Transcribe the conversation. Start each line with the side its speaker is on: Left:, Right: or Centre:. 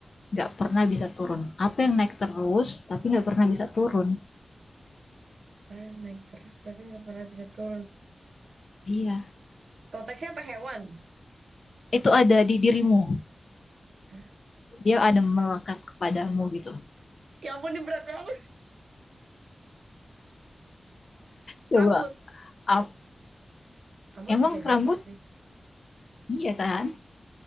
Left: nggak pernah bisa turun? Apa yang naik terus tapi nggak pernah bisa turun?
Right: Mana naik terus tapi nggak pernah bisa turun.
Left: Iya,
Right: Konteksnya apa hewan?
Left: itu ada di dirimu.
Right: Hah?
Left: Dia ada melekat kepadamu gitu.
Right: Ya ampun, ini berat banget.
Left: Coba.
Right: Rambut.
Left: ap-
Right: Rambut
Left: Emang
Right: bisa
Left: rambut?
Right: jatuh sih.
Left: Iya kan?